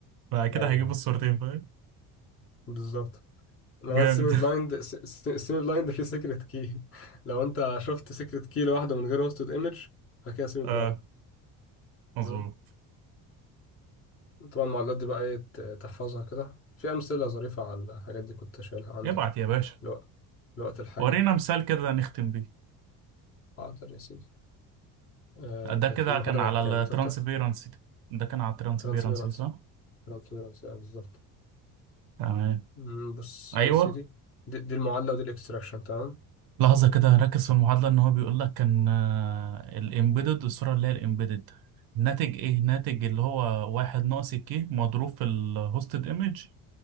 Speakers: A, on the right; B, on the left.
A: فكده
B: ايوه
A: هجيب الصورتين فاهم
B: بالظبط انما
A: جامد
B: السيمي بلايند س- س- السيمي بلايند فيه سيكريت كي <laughs> لو انت شفت سيكريت كي لوحده من غير هوستد ايمج فكده سيمي
A: <laughs>
B: بلايند
A: اه مظبوط
B: تمام طبعا المعادلات دي بقى ايه ت- تحفظها كده في امثله ظريفه على الحاجات دي كنت شايلها عندي
A: ابعت يا باشا
B: لو- لوقت الحاجه
A: ورينا مثال كده نختم بيه
B: حاضر يا سيدي آه
A: ده
B: كانت
A: كده
B: المحاضرة
A: كان على
B: كام
A: الترانسبيرنسي
B: تالتة؟
A: ده كان على الترانسبيرنسي
B: ترانسفيرنس
A: صح؟
B: ترانسفيرنس آه بالظبط
A: تمام
B: مم، بص
A: ايوه
B: يا سيدي دي, دي المعادلة ودي الاكستراكشن تمام
A: لحظة كده ركز في المعادلة ان هو بيقول لك كان الامبيدد الصورة اللي هي الامبيدد ناتج ايه؟ ناتج اللي هو واحد ناقص الكي مضروب في الهوستد ايمج